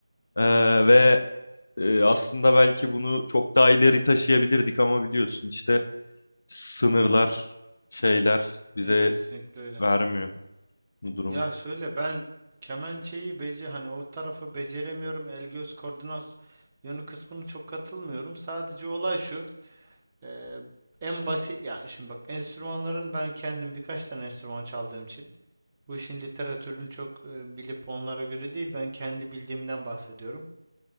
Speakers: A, on the left; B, on the right.
A: E, ve e, aslında belki bunu çok daha ileri taşıyabilirdik ama biliyorsun işte sınırlar, şeyler bize
B: E, kesinlikle öyle.
A: vermiyor bu durumu.
B: Ya şöyle ben kemençeyi bece hani o tarafı beceremiyorum. El göz koordinasyonu kısmını çok katılmıyorum. Sadece olay şu. eee, en basit ya şimdi bak enstrümanların ben kendim birkaç tane enstrüman çaldığım için bu işin literatürünü çok e, bilip onlara göre değil ben kendi bildiğimden bahsediyorum.